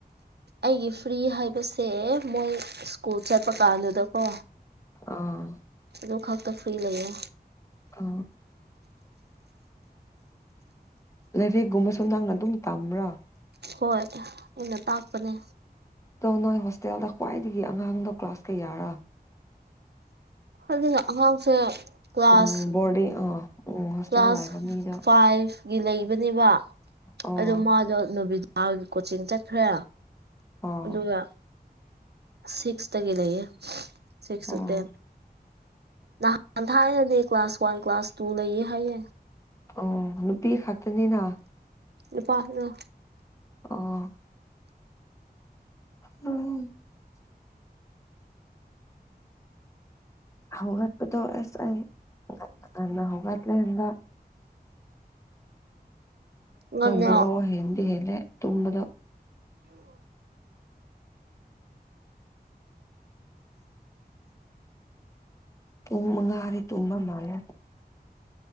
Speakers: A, on the right (about 80°); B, on the left (about 20°).
A: ꯑꯩꯒꯤ ꯐ꯭ꯔꯤ ꯍꯥꯏꯕꯁꯦ ꯃꯣꯏ ꯁ꯭ꯀꯨꯜ ꯆꯠꯄ ꯀꯥꯟꯗꯨꯗꯀꯣ
B: ꯑꯥ
A: ꯑꯗꯨ ꯈꯛꯇ ꯐ꯭ꯔꯤ ꯂꯩꯌꯦ
B: ꯑ ꯂꯥꯏꯔꯦꯛꯒꯨꯝꯕꯁꯨ ꯅꯪꯅ ꯑꯗꯨꯝ ꯇꯝꯕ꯭ꯔꯥ
A: ꯍꯣꯏ ꯑꯩꯅ ꯇꯥꯛꯄꯅꯦ
B: ꯑꯣ ꯅꯣꯏ ꯍꯣꯁꯇꯦꯜꯗ ꯈ꯭ꯋꯥꯏꯗꯒꯤ ꯑꯉꯥꯡꯗꯣ ꯀ꯭ꯂꯥꯁ ꯀꯌꯥꯔ
A: ꯑꯗꯨꯅ ꯑꯉꯥꯡꯁꯦ ꯀ꯭ꯂꯥꯁ
B: ꯎꯝ ꯕꯣꯔꯗꯤꯡ ꯑꯥ ꯎꯝ ꯍꯣꯁꯇꯦꯜ
A: ꯀ꯭ꯂꯥꯁ
B: ꯂꯩꯕ ꯃꯤꯗꯣ
A: ꯐꯥꯏꯚ ꯒꯤ ꯂꯩꯕꯅꯦꯕ
B: ꯑꯣ
A: ꯑꯗꯣ ꯃꯥꯗꯣ ꯅꯨꯕꯤꯗꯥꯒꯤ ꯀꯣꯆꯤꯡ ꯆꯠꯈ꯭ꯔꯦ
B: ꯑꯣ
A: ꯑꯗꯨꯒ ꯁꯤꯛꯁꯇꯒꯤꯦ ꯂꯩꯌꯦ ꯁꯤꯛꯁꯇ
B: ꯑꯣ
A: ꯅꯍꯥꯟ ꯊ ꯍꯥꯏꯔꯗꯤ ꯀ꯭ꯂꯥꯁ ꯋꯥꯟ ꯀ꯭ꯂꯥꯁ ꯇꯨ ꯂꯩꯌꯦ ꯍꯥꯏꯌꯦ
B: ꯑꯣ ꯅꯨꯄꯤ ꯈꯛꯇꯅꯤꯅ
A: ꯏꯄꯥ ꯑ
B: ꯑ ꯎꯝ ꯍꯧꯒꯠꯄꯗꯣ ꯑꯦꯁ ꯑꯩ ꯀꯟꯅ ꯍꯧꯒꯠꯂꯦꯗ
A: ꯉꯅꯤ
B: ꯕꯣꯔꯣ ꯍꯦꯟꯗꯤ ꯍꯦꯜꯂꯦ ꯇꯨꯝꯕꯗꯣ ꯇꯣꯡꯃꯒ ꯑꯔꯦ ꯇꯨꯝꯕ ꯃꯥꯂ